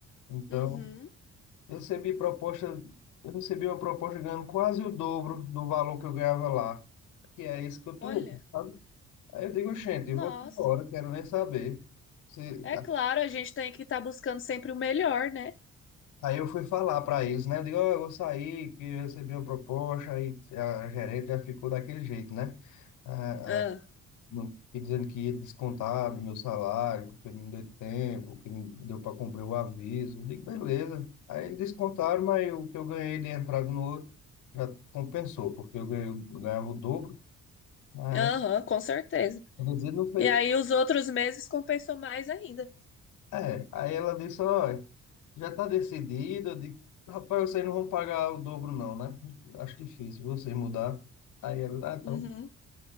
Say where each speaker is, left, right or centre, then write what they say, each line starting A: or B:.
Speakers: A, on the left (about 85°); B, on the left (about 40°).
A: Então,
B: uhum,
A: eu recebi proposta, eu recebi uma proposta ganhando quase o dobro do valor que eu ganhava lá, que é isso que eu tô,
B: olha,
A: sabe? Aí eu digo, gente,
B: nossa.
A: eu vou embora, quero nem saber. Se-
B: É claro, a gente tem que estar buscando sempre o melhor, né?
A: Aí eu fui falar para eles, né? Eu digo, ó, eu vou sair, que eu recebi uma proposta, aí a gerente já ficou daquele jeito, né? Ah,
B: Ah,
A: Não fiquei dizendo que ia descontar do meu salário, porque não deu tempo, que não deu para cumprir o aviso. Eu digo, beleza. Aí eles descontaram, mas o que eu ganhei de entrada no outro já compensou, porque eu ganhei, eu ganhava o dobro. Aí,
B: aham, com certeza.
A: eu vou dizer, não foi.
B: E aí os outros meses compensou mais ainda.
A: É, aí ela disse, olha, já está decidido. Eu digo, rapaz, vocês não vão pagar o dobro não, né? Acho difícil vocês mudar. Aí ela, ah, então.
B: Uhum,